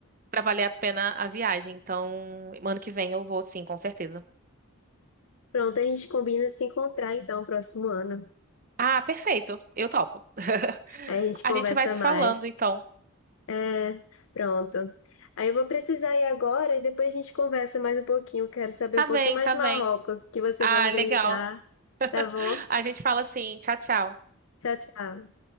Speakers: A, on the right (about 40°); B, on the left (about 70°).
A: pra valer a pena a viagem. Então, ano que vem eu vou, sim, com certeza.
B: Pronto, a gente combina se encontrar então próximo ano.
A: Ah, perfeito. Eu topo. <laughs>
B: Aí a gente
A: A
B: conversa
A: gente vai se
B: mais.
A: falando, então.
B: É, pronto. Aí eu vou precisar ir agora e depois a gente conversa mais um pouquinho. Quero saber
A: Tá
B: um pouquinho
A: bem,
B: mais
A: tá
B: de
A: bem.
B: Marrocos que você
A: Ah,
B: vai organizar.
A: legal. <laughs>
B: Tá bom?
A: A gente fala assim, tchau, tchau.
B: Tchau, tchau.